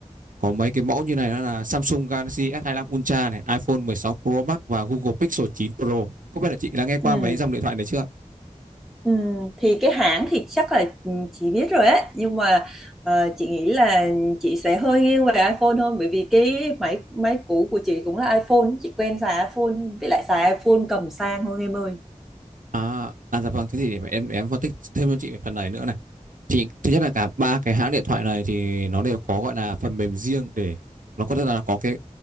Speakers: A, on the right (about 80°); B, in the centre.
A: có mấy cái mẫu như này đó là Samsung Galaxy S25 Ultra này, iPhone 16 Pro Max và Google Pixel 9 Pro. Không biết là chị đã nghe qua
B: ừ
A: mấy dòng điện thoại đấy chưa?
B: ừ thì cái hãng thì chắc là ừ, chị biết rồi á nhưng mà ờ, chị nghĩ là chị sẽ hơi nghiêng về iPhone hơn bởi vì cái máy máy cũ của chị cũng là iPhone chị quen xài iPhone hơn với lại xài iPhone cầm sang hơn em ơi
A: À, à dạ vâng, thế thì để em để em phân tích thêm cho chị về phần này nữa này. thì thứ nhất là cả ba cái hãng điện thoại này thì nó đều có gọi là phần mềm riêng để nó có rất là có cái